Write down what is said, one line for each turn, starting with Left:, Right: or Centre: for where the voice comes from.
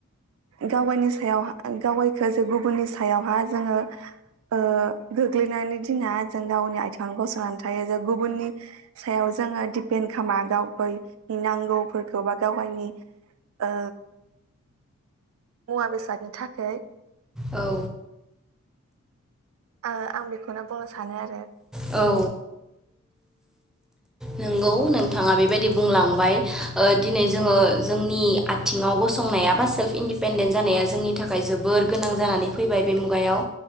Right: गावगायनि सायाव गावगायखो जे गुबुननि सायावहा जोङो ओ गोग्लैनानै दिना जों गावनि आइथेङावनो गसंनानै थायो जों गुबुननि सायाव जोङो दिपेन्ड खामा गावगायनि नांगौफोरखौ बा गावगायनि ओ मुवा बेसादनि थाखै
Centre: औ
Right: आङो आं बेखौनो बुंनो सानो आरो।
Centre: औ नोंगौ नोंथाङा बेबायदि बुंलांबाय ओ दिनै जोङो जोंनि आथिङाव गसं नाया बा सेल्फ इन्दिपेन्डेन्ट जानाया जोंनि थाखाय जोबोर गोनां जानानै फैबाय बे मुगायाव